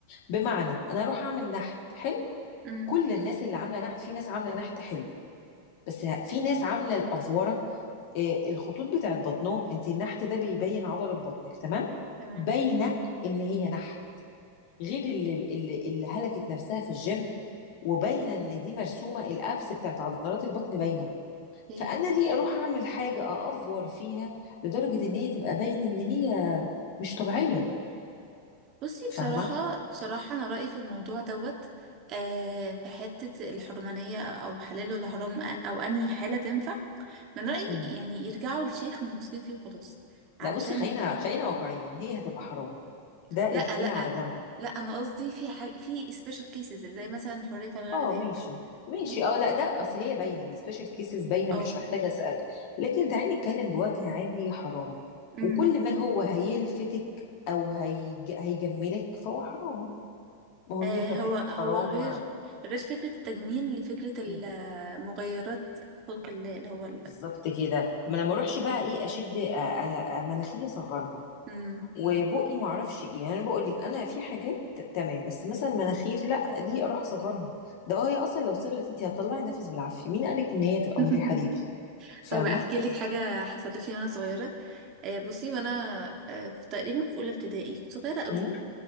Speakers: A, on the left; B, on the right.
A: بمعنى انا اروح اعمل نحت حلو
B: امم
A: كل الناس اللي عاملة نحت في ناس عاملة نحت حلو بس ه- في ناس عاملة الأفورة إيه الخطوط بتاعت بطنهم انت النحت ده بيبين عضلة بطنك تمام
B: تمام
A: باينة ان هي نحت غير اللي اللي اللي هلكت نفسها في الجيم وباينه ان دي مرسومه الابس بتاعت عضلات البطن باينه
B: اوكي.
A: فانا ليه اروح اعمل حاجه اافور فيها لدرجه ان هي تبقى باينه ان هي مش طبيعيه
B: بصي
A: فاهمه
B: بصراحة بصراحة أنا رأيي في الموضوع دوت آه في حتة الحرمانية أو حلال ولا حرام أو أنهي حالة تنفع من رأيي
A: مم.
B: يعني يرجعوا للشيخ الموثوقين فيه وخلاص علشان
A: لا بصي خلينا خلينا واقعيين هي هتبقى حرام ده اركنيها
B: لأ لأ
A: على جنب
B: لأ أنا قصدي في حاجة في سبيشال كيسز زي مثلا حرية الغير
A: اه
B: ديت
A: ماشي ماشي
B: دي
A: اه لا ده اصل هي باينه السبيشال كيسز باينه
B: اه
A: مش محتاجه اسال لكن تعالي نتكلم بوجه عام هي حرام
B: امم
A: وكل ما هو هيلفتك او هيج... هيجملك فهو حرام ما هو
B: آه
A: الميك
B: هو
A: اب اكيد
B: هو
A: حرام
B: غير غير فكرة التجميل لفكرة المغيرات
A: مم.
B: خلق الله اللي هو ال...
A: بالظبط كده ما انا ما اروحش بقى ايه اشد أ- أ- أ- مناخيري اصغرها
B: امم
A: مم. وبقي ما اعرفش ايه يعني انا بقول لك انا في حاجات تمام بس مثلا مناخير لا ليه اروح اصغرها ده هي اصلا لو صغرت انت هتطلعي نفس بالعافيه مين قالك ان هي تبقى
B: <laughs>
A: مريحه ليكي فاهمه
B: طيب احكي لك حاجه حصلت لي وانا صغيره آه، بصي وانا آه، في تقريبا في اولى ابتدائي كنت صغيره قوي
A: امم